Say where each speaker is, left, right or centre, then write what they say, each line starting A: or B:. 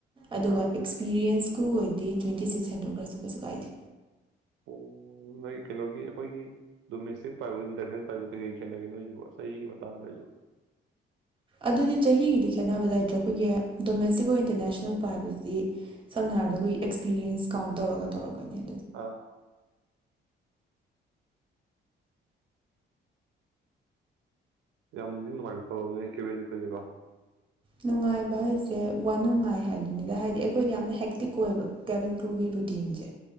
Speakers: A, on the right; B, on the right.
A: ꯑꯗꯨꯒ
B: ꯑꯥ
A: ꯑꯦꯛꯁꯄꯤꯔꯤꯌꯦꯟꯁ ꯀꯀ꯭ꯔꯨ ꯑꯣꯏꯗꯤ ꯇ꯭ꯋꯦꯟꯇꯤ ꯁꯤꯛꯁ ꯍꯟꯗꯣꯛꯈ꯭ꯔꯁꯨ ꯀꯩꯁꯨ ꯀꯥꯏꯗꯦ
B: ꯑꯣ ꯅꯣꯏ ꯀꯩꯅꯣꯒꯤ ꯑꯩꯈꯣꯏꯒꯤ ꯗꯣꯃꯦꯁꯇꯤꯛ ꯄꯥꯏꯕ ꯏꯟꯇꯔꯅꯦꯁꯅꯦꯜ ꯄꯥꯏꯕ ꯀꯩꯀꯩ ꯈꯦꯠꯅꯒꯦ ꯅꯣꯏꯁꯤꯕꯨꯣ ꯆꯍꯤꯒꯤ ꯃꯇꯥꯡ ꯑꯣꯏꯣꯏꯁꯨ
A: ꯑꯗꯨꯗꯤ ꯆꯍꯤꯒꯤꯗꯤ ꯈꯦꯠꯅꯕ ꯂꯩꯇ꯭ꯔꯦ ꯑꯩꯈꯣꯏꯒꯤ ꯗꯣꯃꯦꯁꯇꯤꯛ ꯑꯣꯏ ꯏꯟꯇꯔꯅꯦꯁꯅꯦꯜ ꯄꯣ ꯍꯥꯏꯕꯁꯤꯗꯤ ꯁꯝꯅ ꯍꯥꯏꯔꯕꯗ ꯑꯩꯈꯣꯏꯒꯤ ꯑꯦꯛꯁꯄꯤꯔꯤꯌꯦꯟꯁ ꯀꯥꯎꯟ ꯇꯧꯔꯒ ꯇꯧꯔꯛꯀꯅꯤꯅ
B: ꯑꯥ ꯌꯥꯝꯗꯤ ꯅꯨꯡꯉꯥꯏꯕ ꯊꯕꯛꯅꯦ ꯀꯦꯕꯤꯗ ꯀꯂꯦꯀꯣ
A: ꯅꯨꯡꯉꯥꯏꯕ ꯍꯥꯏꯁꯦ ꯋꯥꯅꯨꯡꯉꯥꯏ ꯍꯥꯏꯗꯨꯅꯤꯗ ꯍꯥꯏꯗꯤ ꯑꯩꯈꯣꯏꯗ ꯌꯥꯝꯅ ꯍꯦꯛꯇꯤꯛ ꯑꯣꯏꯕ ꯀꯦꯚꯟ ꯀ꯭ꯔꯨꯒꯤ ꯔꯨꯇꯤꯟꯁꯦ